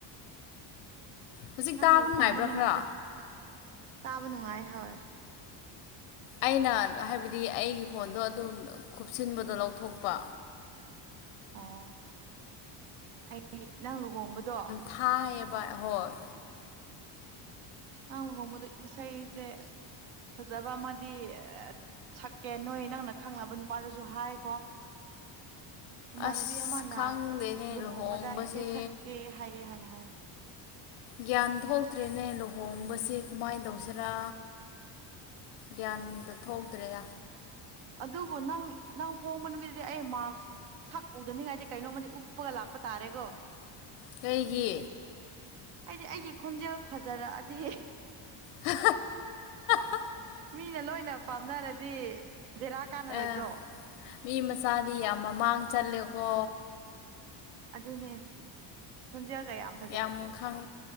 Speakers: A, on the left; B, on the right.
A: ꯍꯧꯖꯤꯛ
B: ꯅꯪ
A: ꯇꯥꯕ
B: ꯂꯨꯍꯣꯡꯕ
A: ꯅꯨꯡꯉꯥꯏꯕ꯭ꯔꯥ
B: ꯅꯨꯃꯤꯠꯇ
A: ꯈ꯭ꯔꯥ
B: ꯇꯥꯕ ꯅꯨꯡꯉꯥꯏ ꯍꯣꯏꯣꯏ
A: ꯑꯩꯅ ꯍꯥꯏꯕꯗꯤ ꯑꯩꯒꯤ ꯐꯣꯟꯗꯣ ꯑꯗꯨꯝ ꯈꯨꯞꯁꯤꯟꯕꯗꯣ ꯂꯧꯊꯣꯛꯄ
B: ꯑꯣ ꯑꯩꯗꯤ ꯅꯪ ꯂꯨꯍꯣꯡꯕꯗꯣ
A: ꯊꯥꯏꯕ ꯍꯣꯏ
B: ꯅꯪ ꯂꯨꯍꯣꯡꯕꯗ ꯏꯁꯩꯁꯦ ꯐꯖꯕ ꯑꯃꯗꯤ ꯁꯛꯀꯦ ꯅꯣꯏ ꯅꯪꯅ ꯈꯪꯅꯕ ꯅꯨꯄꯥꯗꯁꯨ ꯍꯥꯏꯈꯣ ꯏꯃꯥꯟꯅꯕꯤ
A: ꯑꯁ
B: ꯑꯃꯅ
A: ꯈꯪꯗꯦꯅꯦ
B: ꯂꯨꯍꯣꯡꯕꯗ
A: ꯂꯨꯍꯣꯡꯕꯁꯦ
B: ꯏꯁꯩ ꯁꯛꯀꯦ ꯍꯥꯏꯌꯦ ꯍꯥꯏꯅ ꯍꯥꯏꯌꯣ
A: ꯒ꯭ꯌꯥꯟ ꯊꯣꯛꯇ꯭ꯔꯦꯅꯦ ꯂꯨꯍꯣꯡꯕꯁꯤꯦ ꯀꯃꯥꯏꯅ ꯇꯧꯁꯤꯔꯥ ꯒ꯭ꯌꯥꯟꯗ ꯊꯣꯛꯇ꯭ꯔꯦꯔ
B: ꯑꯗꯨꯕꯨ ꯅꯪ ꯅꯪ ꯍꯣꯡꯕ ꯅꯨꯃꯤꯠꯇꯗꯤ ꯑꯩ ꯃꯥꯛꯁ ꯁꯛ ꯎꯗꯅꯤꯡꯉꯥꯏꯗꯤ ꯀꯩꯅꯣꯝꯃꯗꯤ ꯎꯞꯄꯒ ꯂꯥꯛꯄ ꯇꯥꯔꯦꯀꯣ
A: ꯀꯩꯒꯤ
B: ꯍꯥꯏꯗꯤ ꯑꯩꯒꯤ ꯈꯣꯟꯖꯦꯜ ꯐꯖꯔꯛꯑꯗꯤ
A: ꯍꯥ <inaudible>
B: ꯃꯤꯅ ꯂꯣꯏꯅ ꯄꯥꯝꯅꯔꯗꯤ ꯕꯦꯔꯥ ꯀꯥꯟꯅꯔꯣꯏꯗ꯭ꯔꯣ
A: ꯑꯦ ꯃꯤ ꯃꯆꯥꯗꯤ ꯌꯥꯝ ꯃꯃꯥꯡ ꯆꯜꯂꯦꯀꯣ
B: ꯑꯗꯨꯅꯦ ꯈꯣꯟꯖꯒꯌꯥꯝ
A: ꯌꯥꯝ ꯈꯪ